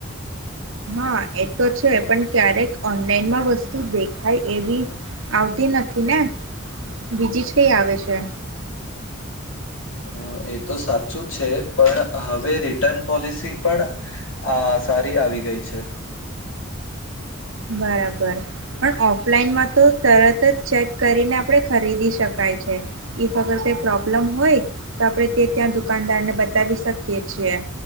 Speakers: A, on the right; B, on the left.
A: હા એ તો છે પણ ક્યારેક. ઓનલાઈનમાં વસ્તુ દેખાય એવી આવતી નથી ને. બીજી જ કઈ આવે છે.
B: હમ. એ તો સાચું છે પણ હવે રિટર્ન પોલિસી પણ આ સારી આવી. આવી ગઈ છે.
A: બરાબર પણ ઓફલાઈનમાં તો તરત જ ચેક કરીને આપણે ખરીદી શકાય. ઇફ અગરઈ પ્રોબ્લમ હોય તો આપડણે તે ત્યાં દુકાનદાર ને બતાવી શકીય છીએ.